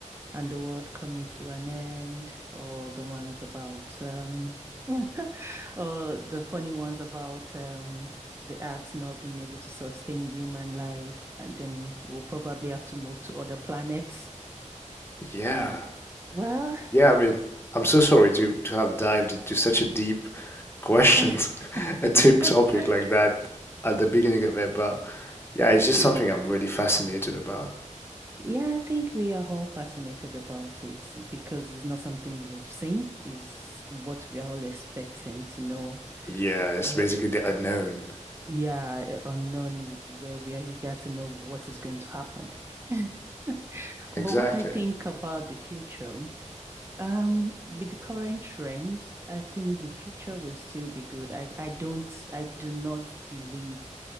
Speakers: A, on the right; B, on the left.
A: and the world coming to an end, or the ones about um <laughs> or the funny ones about um the Earth not being able to sustain human life, and then we'll probably have to move to other planets.
B: Yeah.
A: Well,
B: Yeah, I mean, I'm so sorry to to have dived into such a deep questions,
A: <laughs>
B: <laughs> a deep
A: it,
B: topic like that at the beginning of it, but yeah, it's just
A: it
B: something I'm really fascinated about.
A: yeah, I think we are all fascinated about it because it's not something we've seen, is what we are all expecting to know.
B: Yeah, it's
A: We
B: basically the unknown.
A: Yeah, uh, unknown where where he got to know what is going to happen. <laughs> But
B: Exactly.
A: what I think about the future, um, with the current trend, I think the future will still be good. I I don't I do not believe